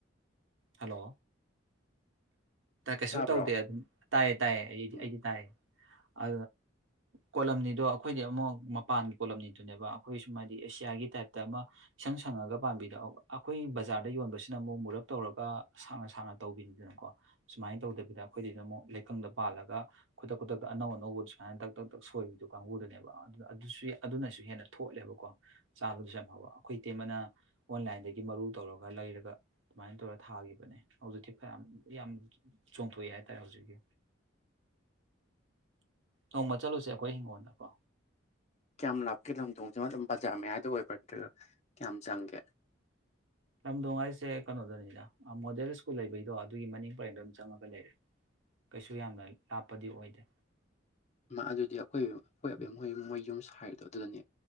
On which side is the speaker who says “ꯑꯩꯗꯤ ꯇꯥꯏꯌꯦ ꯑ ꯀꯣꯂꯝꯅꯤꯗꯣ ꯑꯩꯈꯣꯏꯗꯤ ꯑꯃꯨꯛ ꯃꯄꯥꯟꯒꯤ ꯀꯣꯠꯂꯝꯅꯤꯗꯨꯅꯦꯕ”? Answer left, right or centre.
Right